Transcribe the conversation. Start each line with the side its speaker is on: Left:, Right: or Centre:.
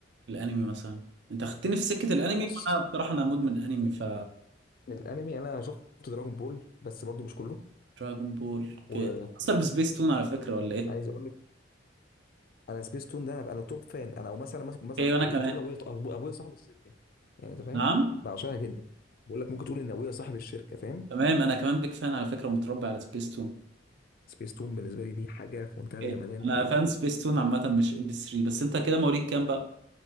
Right: الانمي مثلا انت اخدتني في سكه الانمي
Left: لا بص
Right: وانا بصراحه انا مدمن انمي ف
Left: الانمي انا شفت دراجون بول بس برضو مش كله
Right: دراجون بول اوكي
Left: وعايز
Right: اثر بسبيس تون على فكره ولا ايه
Left: اقول لك انا سبيس تون ده انا انا توب فان انا او مثلا مثلا
Right: اوكي
Left: ممكن
Right: وانا كمان
Left: تقول ابويا أبو- ابويا صاحب الشركه يعني انت فاهم
Right: نعم
Left: بعشقها جدا بقول لك ممكن تقول ان ابويا صاحب الشركه فاهم
Right: تمام انا كمان بيك فان على فكره ومتربي على سبيس تون
Left: سبيس تون بالنسبه لي دي حاجه في منتهى الجمدان
Right: اوكي انا
Left: جدا
Right: فان سبيس تون عامه مش ام بي 3 بس انت كده مواليد كام بقى